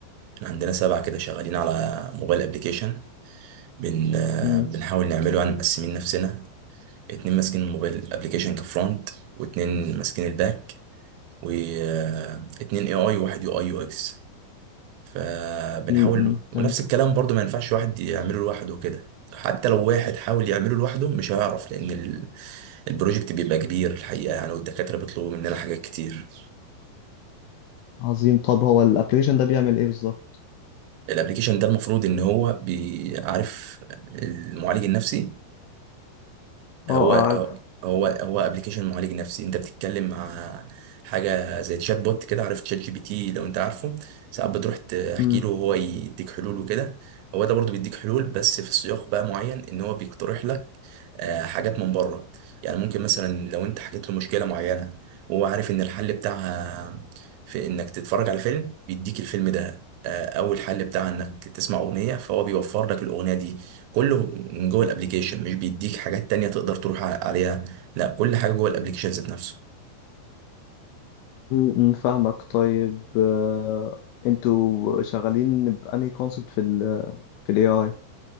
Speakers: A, on the right; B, on the left.
A: احنا عندنا سبعه كده شغالين على موبايل ابلكيشن بن آه،
B: مم.
A: بنحاول نعمله يعني مقسمين نفسنا اتنين ماسكين الموبايل ابلكيشن كفرونت واتنين ماسكين الباك واتنين اي اي واحد يو اي يو اكس فبنحاول
B: مم، مم، فهمت
A: ونفس الكلام برضو ما ينفعش واحد يعمله لوحده كده حتى لو واحد حاول يعمله لوحده مش هيعرف لان ال- البروجكت بيبقى كبير الحقيقه يعني والدكاتره بيطلبوا مننا حاجات كتير
B: عظيم طب هو الابلكيشن ده بيعمل إيه بالظبط؟
A: الابلكيشن ده المفروض ان هو بيعرف المعالج النفسي هو
B: اه آه، عارف
A: هو هو ابلكيشن معالج نفسي انت بتتكلم مع حاجه زي تشات بوت كده عارف تشات جي بي تي لو انت عارفه ساعات بتروح تحكي
B: مم.
A: له وهو يديك حلول وكده هو ده برضو بيديك حلول بس في سياق بقى معين ان هو بيقترح لك آه، حاجات من بره يعني ممكن مثلا لو انت حكيت له مشكله معينه وهو عارف ان الحل بتاعها في انك تتفرج على فيلم بيديك الفيلم ده آه، اول حل بتاعها انك تسمع اغنيه فهو بيوفر لك الاغنيه دي كله من جوه الابليكيشن مش بيديك حاجات تانية تقدر تروح ع- عليها لا كل حاجة جوه الابليكيشن ذات نفسه
B: مم، مم، فاهمك طيب آه، انتوا شغالين بأنهي كونسبت في ال في ال AI؟